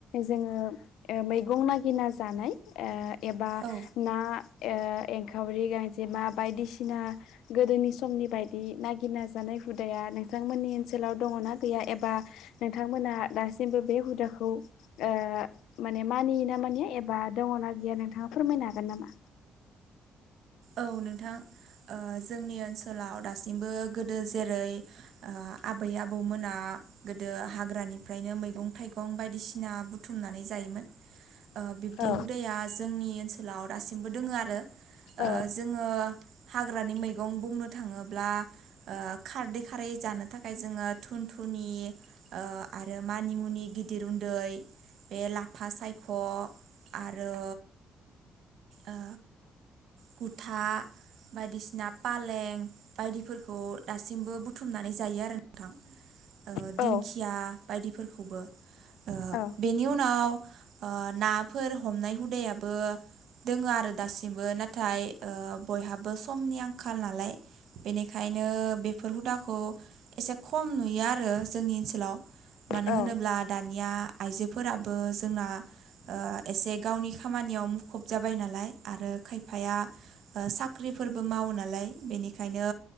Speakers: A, on the left; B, on the right.
A: जोङो ओ मैगं नागिना जानाय ओ एबा
B: औ
A: ना ओ एंखावरि गांजेमा बायदिसिना गोदोनि समनि बायदि नागिरना जानाय हुदाया नोंथांमोननि ओनसोलाव दङना गैया एबा नोंथांमोना दासिमबो बे हुदाखौ ओ माने मानियो ना मानिया एबा दङना गैया नोंथाङा फोरमायनो हागोन नामा
B: औ नोंथां ओ जोंनि ओनसोलाव दासिमबो गोदो जेरै ओ आबै आबौमोना गोदो हाग्रानिफ्रायनो मैगं थाइगं बायदिसिना बुथुमनानै जायोमोन ओ बिब्दि
A: औ
B: हुदाया जोंनि ओनसोलाव दासिमबो दोङो आरो ओ
A: औ
B: जोङो हाग्रानि मैगं बुंनो थाङोब्ला ओ खारदै खारै जानो थाख थाखाय जोङो थुन थुनि ओ आरो मानि मुनि गिदिर उन्दै बे लाफा सायख' आरो ओ कुथा बायदिसिना फालें बायदिफोरखौ दासिमबो बुथुमनानै जायो आरो नोंथां ओ
A: औ
B: दिंखिया बायदिफोरखौबो ओ
A: औ
B: बेनि उनाव ओ नाफोर हमनाय हुदायाबो दोङो आरो दासिमबो ना नाथाय ओ बयहाबो समनि आंखाल नालाय बेनिखायनो बेफोर हुदाखौ एसे खम नुयो आरो जोंनि ओनसोलाव मानो
A: औ
B: होनोब्ला दा दानिया आइजोफोराबो जोंना ओ एसे गावनि खामानियाव मुखुब जाबाय नालाय आरो खायफाया ओ साख्रिफोरबो मावो नालाय बेनिखायनो